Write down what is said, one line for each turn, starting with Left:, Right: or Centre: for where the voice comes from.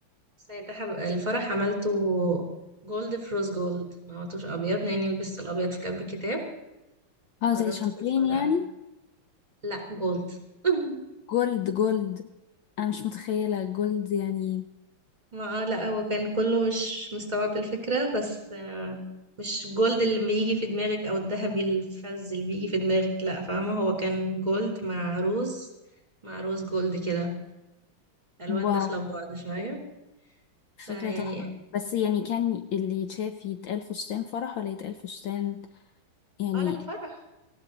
Right: بس ده حب... الفرح عملته جولد في روز جولد ما عملتوش ابيض لاني لبست الابيض في كتب الكتاب
Left: اه
Right: قررت
Left: زي شامبين
Right: في الفرح
Left: يعني
Right: لا جولد <laughs>
Left: جولد جولد أنا مش متخيلة جولد يعني
Right: ما آه، لا هو كان كله مش مستوعب الفكرة بس آه، مش جولد اللي بيجي في دماغك او الذهبي الفز اللي بيجي في دماغك لا فاهمة هو كان جولد مع روز مع روز جولد كده الوان
Left: واو
Right: داخلة في بعض شوية فيعني
Left: فكرة تحفة بس يعني كان اللي يتشاف يتقال فستان فرح ولا يتقال فستان يعني
Right: اه لا فرح